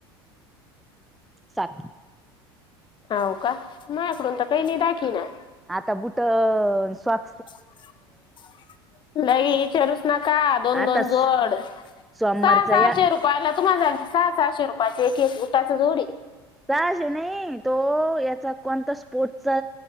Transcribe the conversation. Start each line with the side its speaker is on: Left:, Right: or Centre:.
Centre: सात.
Left: होवं कां मांकडूंन तरं कांहीं नाहीं दाकी नां.
Centre: आंता बुंट स्वास
Left: <inaudible> <unintelligible> लई इचांरूस नकां दोन
Centre: आता
Left: दोन जोड सहा
Centre: सोमवारचा
Left: सहा
Centre: या
Left: शेरूं पांला तुम्हांला सहा सहाशे रुपयाची एक एक बुंटाचा जोड आहे
Centre: सहा शे नाहीं तो यांचा कोणंता स्पोर्टचां